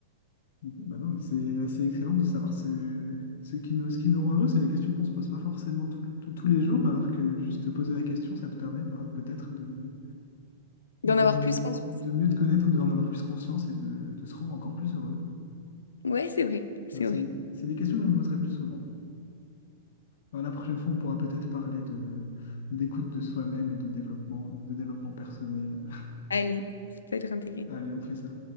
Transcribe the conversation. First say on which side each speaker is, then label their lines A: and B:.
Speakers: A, on the left; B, on the left.
A: bon, bah non, mais c'est c'est excellent de savoir ce, ce qui nous, ce qui nous rend heureux. C'est des questions qu'on se pose pas forcément tout le- tout- tous les jours, alors que juste te poser la question, ça te permet par- peut-être de,
B: D'en
A: de,
B: avoir plus conscience.
A: de mieux te connaître, d'en avoir plus conscience et de, de se rendre encore plus heureux.
B: Ouais, c'est vrai, c'est
A: Ben, c'est
B: vrai.
A: des, c'est des questions que je me poserai plus souvent. Ben, la prochaine fois, on pourra peut-être parler de, d'écoute de soi-même et de développement, de développement personnel. <laughs>
B: Allez, ça peut être intéressant.
A: Allez, on fait ça.